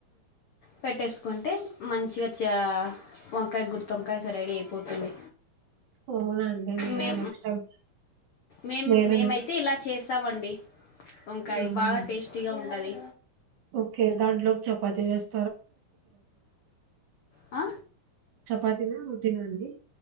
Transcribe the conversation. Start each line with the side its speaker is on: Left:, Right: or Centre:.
Left: పెట్టేసుకుంటే మంచిగా చ వంకాయ గుర్తువంకాయ రెడీ అయిపోతుంది
Right: అవునండి. నేను
Left: మే
Right: నెక్స్ట్ టైమ్
Left: మేం
Right: నేను
Left: మేమైతే
Right: నె
Left: ఇలా చేస్త వస్తామని వంకాయ
Right: అవునండి.
Left: బాగా టేస్టీగా ఉంటది
Right: ఓకే దాంట్లోకి చపాతి జస్త
Left: హా
Right: చపాతీనా? రోటీనా అండి?